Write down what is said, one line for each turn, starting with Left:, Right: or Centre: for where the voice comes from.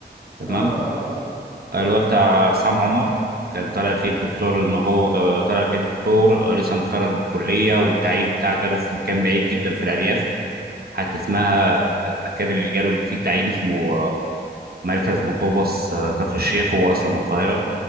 Right: تمام
Left: آه آه آه مم.
Right: آه، اللي هو بتاع سام عمر كان طالع فيه بدكتور إن هو آه، طالع فيه بدكتور آه، لسه متخرج من الكلية والتعيين بتاعه جاله في مكان بعيد جدا في الأرياف حتى اسمها المكان اللي جاله اللي فيه التعيين اسمه آه، مركز مطوبس آه، كفر الشيخ هو أصلا من القاهرة